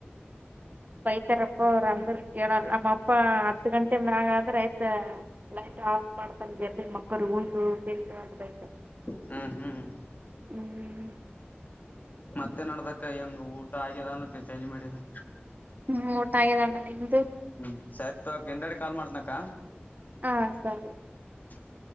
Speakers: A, on the right; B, on the left.
A: ಬೈತಾರಪ್ಪ ಅವರು ಅಂದ್ರ ಕೇಳಲ್ಲ ನಮ್ಮಪ್ಪ ಹತ್ತು ಗಂಟೆ ಮ್ಯಾಗಾದ್ರೆ ಆಯ್ತು ಲೈಟ್ ಆಫ್ ಮಾಡ್ತಾನ ಜಲ್ ಮಕ್ಕರು ಉುಂಡು ತಿಂದು ಅ ಬೈ
B: ಹ್ಮ ಹ್ಮ್ ಹ
A: ಹ್ಮ್
B: ಮತ್ತೆ ನಡ್ದಕ್ಕ ಹೆಂಗ್ ಊಟ ಆಗದಾನ ಚೇಂಜ್ ಮಾಡಿನ
A: ಹ್ಮ ಊಟ ಆಗಿದೆ ಅಣ್ಣ ನಿಮು
B: ಹ್ಮ್ ಸರಿ ತೋಕ್ ನಿಂಡಾಡೆ ಕಾಲ್ ಮಾಡ್ತನಕ್ಕ
A: ಹಾ ಸರಿ
B: ಹ